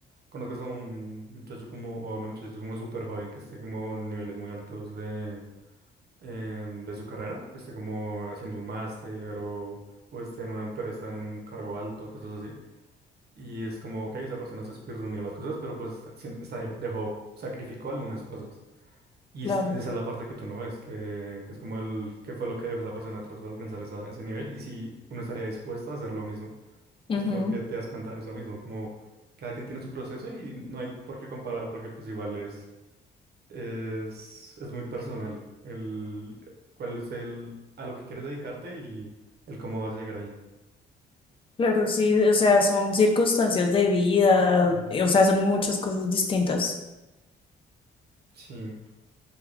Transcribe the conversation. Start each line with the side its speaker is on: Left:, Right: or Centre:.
Right: conozcas a un muchacho como, o a una muchacha como súper joven que esté como en niveles muy altos de, em, de su carrera, que esté como haciendo un máster o, o esté en una empresa en un cargo alto, cosas así. Y es como, ok, esa persona se speedrunió las cosas, pero pues está- sin- está- dejó, sacrificó algunas cosas. Y
Left: Claro.
Right: es- esa es la parte que tú no ves, que, que es como el, qué fue lo que dejó esa persona atrás para alcanzar esa- ese nivel y si uno estaría dispuesto a hacer lo mismo.
Left: Ujú.
Right: Es como que te das cuenta de eso mismo, como cada quien tiene su proceso y no hay por qué comparar porque pues igual es, es, es muy personal el cuál es el, a lo que quieres dedicarte y el cómo vas a llegar ahí.
Left: Claro, sí, o sea, son circunstancias de vida,
Right: Ujú.
Left: eh, o sea, son muchas cosas distintas.
Right: Sí.